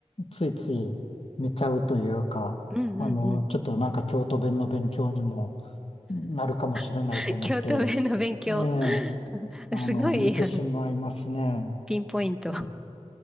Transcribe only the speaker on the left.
ついつい見ちゃうというか、
あの、ちょっとなんか京都弁の勉強にもなるかもしれないと思って、
ええ、あの、
見てしまいますね。
え